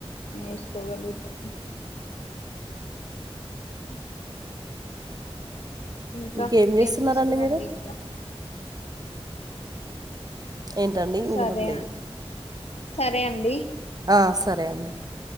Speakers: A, on the left (about 85°); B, on the right (about 40°).
A: ఎస్కోగలుగుత ఉమ్ ఇంకా
B: ఇంకేం చేస్తున్నారండి
A: ఏం చేస్తుర్రండి
B: మీరు
A: ఇంకా
B: ఏంటండి వినబడట్లెదు
A: సరే అన్ సరే అండి
B: ఆ సరే అండి